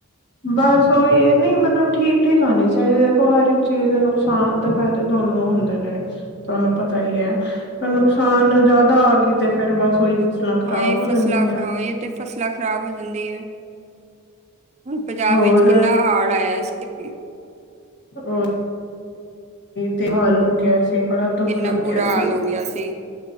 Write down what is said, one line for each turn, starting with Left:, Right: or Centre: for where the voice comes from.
Left: ਬਸ ਉਹੀ ਹੈ ਨਹੀਂ ਮਤਲਬ ਠੀਕ, ਠੀਕ ਆਉਣੀ ਚਾਹੀਦੀ ਦੇਖੋ ਹਰ ਇੱਕ ਚੀਜ਼ ਨੁਕਸ ਹਾਨ ਦੇ ਫਾਇਦੇ ਦੋਨੋ ਹੁੰਦੇ ਨੇ। ਤੁਹਾਨੂੰ ਪਤਾ ਹੀ ਹੈ ਫ ਨੁਕਸਾਨ ਜ਼ਿਆਦਾ ਆ ਗਈ ਤੇ ਫਿਰ ਬਸ ਉਹੀ ਫਸਲਾਂ ਖਰਾਬ
Right: ਹਾਏ
Left: ਹੋ ਜਾਣਗੀਆਂ।
Right: ਫਸਲਾਂ ਖਰਾਬ ਇਹ ਤੇ ਫਸਲਾਂ ਖ਼ਰਾਬ ਹੋ ਜਾਂਦੀ ਹੈ ਪੰਜਾਬ
Left: ਹੋਰ
Right: ਵਿੱਚ ਕਿੰਨਾ ਹਾੜ ਆਇਆ। ਕਿ <unintelligible>
Left: ਹੋਰ ਤੇ ਹਾਲ ਹੋ ਗਿਆਿ ਸੀ। ਬੜਾ ਦੁੱਖ
Right: ਕਿੰਨਾ,
Left: ਲੱਗਿਆ
Right: ਬੁਰਾ ਹਾਲ ਹੋ ਗਿਆ ਸੀ।